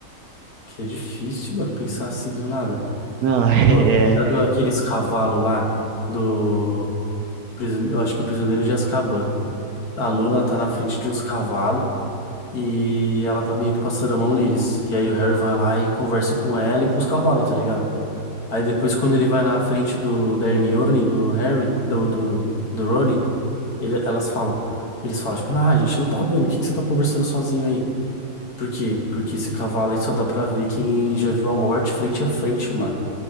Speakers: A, on the left; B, on the right.
A: Que é difícil, mano, pensar assim do nada.
B: Não, <laughs> é.
A: Pô, tá ligado aqueles cavalos lá do... prisione- Eu acho que é o Prisioneiro de Azkaban. A Luna tá na frente de uns cavalos, E ela tá meio que passando a mão neles. E aí o Harry vai lá e conversa com ela e com os cavalos, tá ligado? Aí depois, quando ele vai na frente do, da Hermione, do Harry, do, do, do Rony, ele- elas falam. Eles falam, tipo, ah, a gente não tá vendo, o que que você tá conversando sozinho aí? Por quê? Porque esse cavalo aí só dá pra ver quem já viu a morte frente a frente, mano,